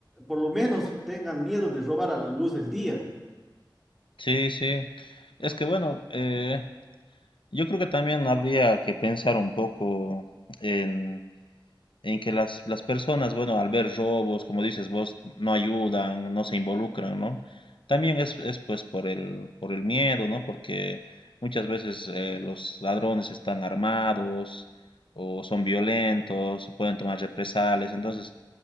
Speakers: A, in the centre; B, on the left.
A: por lo menos tengan miedo de robar a la luz del día.
B: Sí, sí. Es que bueno, eh, Yo creo que también habría que pensar un poco en, en que las, las personas, bueno, al ver robos, como dices vos, no ayudan, no se involucran, ¿no? También es, es pues por el, por el miedo, ¿no? Porque muchas veces eh, los ladrones están armados o son violentos, o pueden tomar represalias, entonces